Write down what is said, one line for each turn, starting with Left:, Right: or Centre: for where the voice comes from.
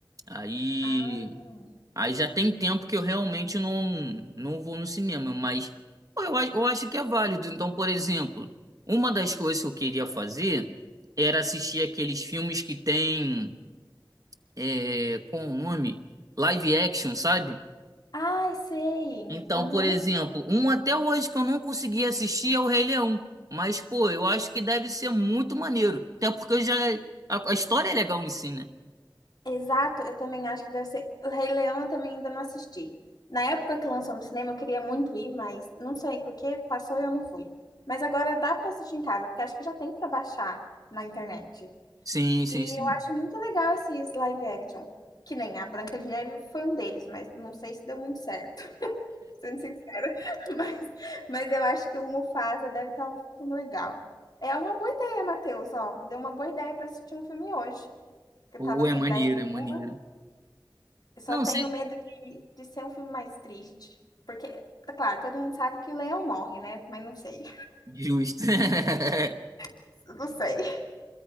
Right: Aí,
Left: Ah.
Right: aí já tem tempo que eu realmente não, não vou no cinema, mas pô, eu, a- eu acho que é válido. Então, por exemplo, uma das coisas que eu queria fazer era assistir aqueles filmes que tem é, com o nome live action, sabe?
Left: Ai, sei.
Right: Então,
Left: Uhum.
Right: por exemplo, um até hoje que eu não consegui assistir é o Rei Leão. Mas, pô, eu acho que deve ser muito maneiro. Até porque eu já. A, a história é legal em si, né?
Left: Exato, eu também acho que deve ser. O Rei Leão eu também ainda não assisti. Na época que lançou no cinema, eu queria muito ir, mas não sei porque passou e eu não fui. Mas agora dá para assistir em casa, porque acho que já tem para baixar na internet.
Right: Sim, sim,
Left: E
Right: sim.
Left: eu acho muito legal esses live action, que nem a Branca de Neve foi um deles, mas não sei se deu muito certo, <laughs> sendo sincera. <laughs> Mas, mas eu acho que o Mufasa deve estar um filme legal. É uma boa ideia, Matheus, ó, me deu uma boa ideia para assistir um filme hoje, que eu
Right: Pô,
Left: tava sem
Right: é maneiro,
Left: ideia nenhuma.
Right: é maneiro.
Left: Eu só
Right: Não,
Left: tenho
Right: sei.
Left: medo de, de ser um filme mais triste. Porque, tá claro, todo mundo sabe que o leão morre, né? Mas não sei.
Right: Justo. <laughs>
Left: <laughs> Eu não sei.